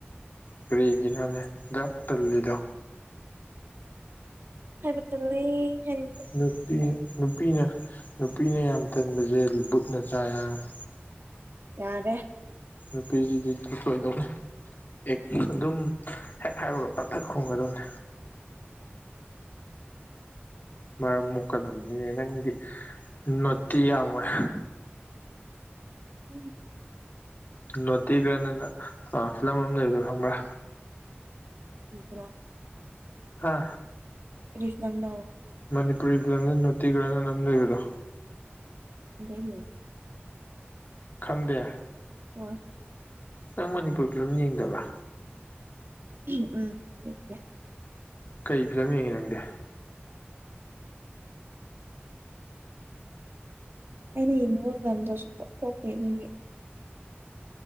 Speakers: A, on the left (about 50°); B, on the right (about 60°).
A: ꯀꯔꯤꯒꯤꯅꯣꯅꯦ ꯑꯘꯨꯛꯌꯥꯝ ꯇꯜꯂꯤꯗꯣ
B: ꯍꯥꯏꯕ ꯇꯜꯂꯦ ꯍꯥꯏ
A: ꯅꯨꯄꯤ ꯅꯨꯄꯤꯅ ꯅꯨꯄꯤꯅ ꯌꯥꯝ ꯇꯟꯕꯁꯦ ꯕꯨꯠꯅ ꯆꯥꯏ ꯍꯥꯏꯅꯤ
B: ꯌꯥꯔꯦ
A: ꯅꯨꯄꯤꯁꯤꯗꯤ ꯇꯜꯂꯣꯏꯗꯧꯅꯤ ꯍꯦꯛ ꯑꯗꯨꯝ ꯍꯦꯛ ꯍꯥꯏꯕꯒ ꯄꯠ ꯄꯠ ꯈꯨꯝꯒꯗꯧꯅꯤ ꯃꯔꯝ ꯃꯨꯛꯀꯗꯕꯅꯤꯅꯦ ꯅꯪꯗꯤ ꯅꯣꯠꯇꯤ ꯌꯥꯝ ꯑꯣꯏ
B: ꯎꯝ
A: ꯅꯣꯇꯤꯒꯅꯅ ꯐꯤꯂꯝ ꯑꯃ ꯂꯩꯕꯗꯣ ꯈꯪꯕ꯭ꯔꯥ
B: ꯎ <inaudible>
A: ꯍꯥ
B: ꯀꯔꯤ ꯐꯤꯂꯝꯅꯣ
A: ꯃꯅꯤꯄꯨꯔꯤ ꯐꯤꯂꯝꯗ ꯅꯥꯎꯇꯤ ꯒꯜ ꯑꯅ ꯑꯃ ꯂꯩꯕꯗꯣ
B: ꯂꯩ
A: ꯈꯪꯗꯦ
B: ꯍꯣꯏ
A: ꯅꯪ ꯃꯅꯤꯄꯨꯔ ꯐꯤꯂꯝ ꯌꯦꯡꯗꯕ꯭ꯔꯥ
B: ꯎꯝ ꯌꯦꯡꯗꯦ
A: ꯀꯔꯤ ꯐꯤꯂꯝ ꯌꯦꯡꯉꯤ ꯅꯪꯗꯤ
B: ꯑꯩꯅ ꯌꯦꯡꯅꯤꯡꯕ ꯐꯤꯂꯝꯗꯣ ꯁꯨꯛꯊꯣꯛ ꯊꯣꯛꯇꯦ ꯑꯗꯨꯒꯤ